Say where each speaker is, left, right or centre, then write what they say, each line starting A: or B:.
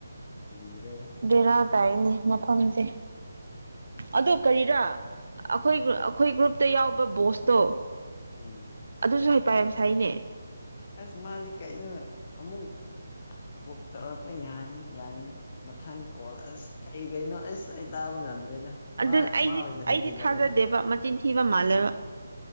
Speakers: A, on the left; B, on the right.
A: ꯀꯤꯕꯤ꯭ꯔꯣ
B: ꯚꯦꯔꯥꯠ ꯇꯥꯏꯌꯦꯅꯦ ꯃꯐꯝꯁꯦ ꯑꯗꯨ ꯀꯔꯤꯔ ꯑꯈꯣꯏ ꯒ꯭ꯔꯨ ꯑꯈꯣꯏ ꯒ꯭ꯔꯨꯞ ꯇ ꯌꯥꯎꯕ ꯕꯣꯁꯇꯣ
A: ꯎꯝ
B: ꯑꯗꯨꯁꯨ ꯍꯥꯏ ꯄ ꯌꯥꯝ ꯁꯥꯏꯅꯦ
A: ꯑꯁ ꯃꯥꯗꯤ ꯀꯩꯅꯣ ꯑꯃꯨꯛ ꯚꯛ ꯇꯧꯔꯛꯄ ꯌꯥꯅꯤ ꯌꯥꯅꯤ ꯃꯊꯪ ꯀꯣꯜ ꯑꯁ ꯑꯩ ꯀꯩꯅꯣ ꯑꯁ ꯑꯩ ꯇꯥꯕ ꯉꯝꯗ꯭ꯔꯦꯗ
B: ꯑꯗꯨꯅ
A: ꯃꯥ
B: ꯑꯩꯗꯤ
A: ꯃꯥ ꯑꯣꯏꯅ
B: ꯑꯩꯗꯤ
A: ꯍꯦꯟꯖꯤꯜꯂꯛꯏꯗ
B: ꯊꯥꯖꯗꯦꯕ ꯃꯆꯤꯟ ꯊꯤꯕ ꯃꯥꯜꯂꯦꯕ
A: ꯎꯝ